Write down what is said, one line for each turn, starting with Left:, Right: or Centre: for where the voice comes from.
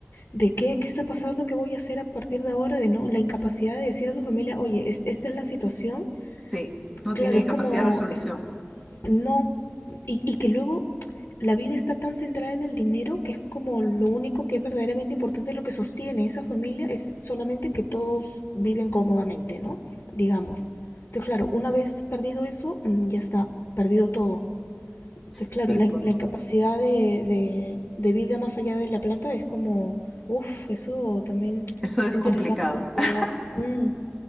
Left: de qué, qué está pasando, qué voy a hacer a partir de ahora, de no, la incapacidad de decir a su familia, oye, es- esta es la situación.
Centre: Sí, no
Left: Claro,
Centre: tiene
Left: es
Centre: capacidad
Left: como,
Centre: de resolución.
Left: es, no, y, y que luego la vida está tan centrada en el dinero que es como lo único que es verdaderamente importante, lo que sostiene esa familia es solamente que todos viven cómodamente, ¿no? Digamos. Entonces, claro, una vez perdido eso, mm, ya está, perdido todo. Entonces, claro,
Centre: Sí,
Left: la,
Centre: pues,
Left: in- la incapacidad de, de, de vida más allá de la plata es como, uff, eso también
Centre: eso
Left: es
Centre: es
Left: interesante
Centre: complicado.
Left: de explorar.
Centre: <laughs>
Left: Mm,